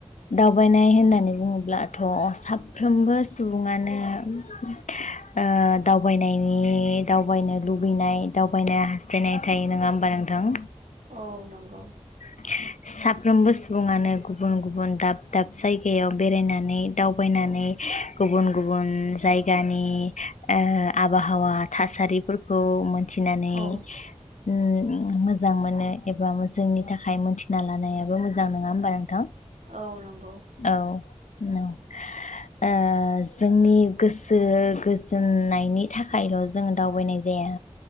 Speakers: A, on the left; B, on the right.
A: दावबायनाय होननानै बुङोब्लाथ' साफ्रोमबो सुबुङानो ओह दावबायनायनि दावबायनो लुबैनाय दावबायनो हास्थायनाय थायो नङा होम्बा नोंथां? <unintelligible>
B: औ नंगौ
A: साफ्रोमबो सुबुङानो गुबुन गुबुन दाब दाब जायगायाव बेरायनानै दावबायनानै गुबुन गुबुन जायगानि ओ आबहावा थासारिफोरखौ मोन थिनानै
B: औ
A: उम मोजां मोनो एबा जोंनि थाखाय मोनथिना लानायाबो मोजां नङा होमबा नोंथां?
B: औ नंगौ
A: औ ओ जोंनि गोसो गोजोननायनि थाखायल' जोङो दावबायनाय जाया।